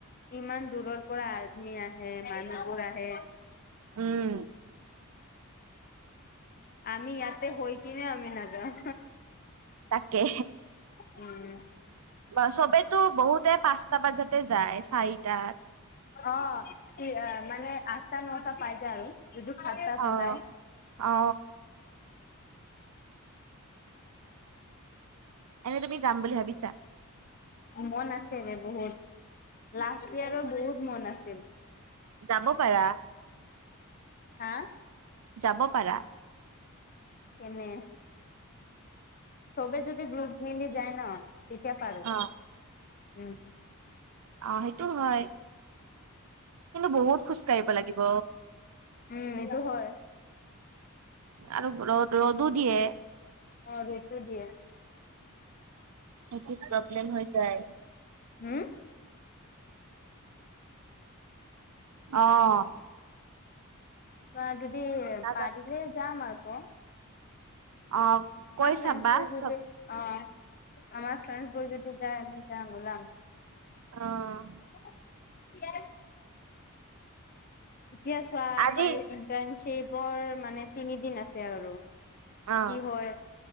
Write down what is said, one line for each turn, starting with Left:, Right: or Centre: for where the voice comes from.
Left: ইমান দূৰৰ পৰা আদমি আহে মানুহবোৰ আহে
Right: উম
Left: আমি ইয়াতে হৈ কিনে আমি না যাওঁ
Right: তাকে
Left: উম
Right: বা চবেতো বহুতে পাঁচটা বাজাতে যাতে যায় চাৰিটাত
Left: অ সেই মানে আঠটা নটা পাই যায় আৰু যদি সাতটাত
Right: অ
Left: উলাই
Right: অ এনে তুমি যাম বুলি ভাবিছা
Left: মন আছে এ বহুত লাষ্ট ইয়েৰত বহুত মন আছিল
Right: যাব পাৰা
Left: হা
Right: যাব পাৰা
Left: এনে চ'বে যদি গ্ৰুপ মিলি যায় ন তেতিয়া পাৰো,
Right: অ
Left: উম
Right: অ সেইটো হয়, কিন্তু বহুত খোজ কাঢ়িব লাগিব।
Left: উম এইটো হয়।
Right: আৰু ৰ ৰ'দো দিয়ে
Left: অ', ৰ'দ টো দিয়ে।
Right: সেইটো প্ৰব্লেম হৈ যায়
Left: হু?
Right: অ'।
Left: কোৱা যদি
Right: নাজানো
Left: পাৰিলে যাম আক।
Right: অ', কৈ
Left: ফ্ৰেণ্ডছ
Right: চাবা
Left: বোৰ যদি
Right: চব
Left: অ', আমাৰ ফ্ৰেড বোৰ যদি যায় আমি যাম ওলাম।
Right: অ'।
Left: <unintelligible> এতিয়া চোৱা আমাৰ
Right: আজি
Left: ইণ্টাৰ্ণশ্বিপৰ মানে তিনিদিন আছে আৰু। কি
Right: অ
Left: হয়।